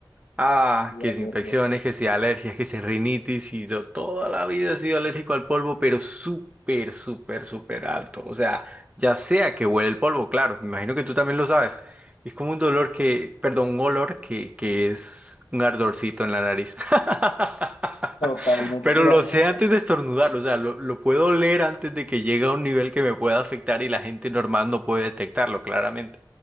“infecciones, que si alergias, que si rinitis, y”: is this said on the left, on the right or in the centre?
Right